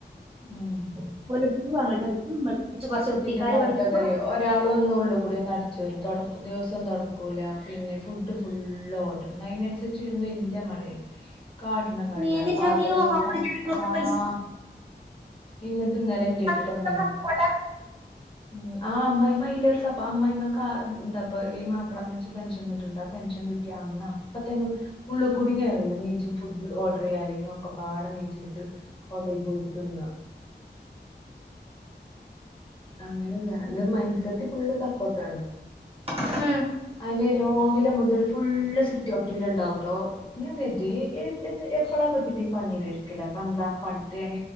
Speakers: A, on the left; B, on the right.
A: ഉം
B: <unintelligible>
A: കുട്ടിക്ക്
B: വൃത്തിക്കാര്
A: പാട്ടോക്കെ
B: വന്ന്
A: അറിയോ ഒരാള് എന്നും ഉള്ളുകൂടിന്ന് അടിച്ച് വാരും തുട ദിവസം തുടക്കൂല പിന്നെ ഫുഡ് ഫുള്ള് ഓർഡർ എന്ന അതിനനുസരിച്ച് ഒന്നും ഇല്ല മളെ കാട്ടിണ് കണ്ട
B: മേതിട്ടതി
A: പാത്രം
B: ഓർഡർ ചെയ്ത
A: ആഹ്
B: പൈസ
A: എന്നിട്ട് ഇന്നലെ എന്റെ അടുത്ത് ക്ക്
B: അയ്ന്നൊക്കെ
A: വന്നിന്നു
B: പോട്ടെ
A: ഉം ആഹ് അമ്മായിമ്മ ആയി ലെറേ സപ്പോ അമ്മായിമ്മ കാ എന്താപ്പ ഈ മാപ്പിള മരിച്ച പെൻഷൻ കിട്ടുണ്ട് പെൻഷൻ കിട്ട ാ അപ്പ തന്നെ ഉള്ളള് കുടുങ്ങ കയറൂല്ല നീച്ചും ഫുഡ് ഓർഡർ ചെയ്യാ അല്ലെങ്കോ ഒക്കെപ്പാട നീച്ചിട്ട് ഹോട്ടൽ പോയിട്ട് തിന്ന അങ്ങനെ എന്റെ മൻസ്യത്തി ഫുള്ള് സപ്പോർട്ടാണ്
B: ഉം
A: ഇഞ്ഞ് രാവില മുതൽ ഫുള്ള് സിറ്റ് ഔട്ടില് ഉണ്ടാവുട്ടോ ഞാൻ കരുതി <unintelligible> എപ്പളാതിറ്റപ്പ പണി ഒരുക്കല് അപ്പൊന്ത ഇപ്പോടുത്ത് ഞാൻ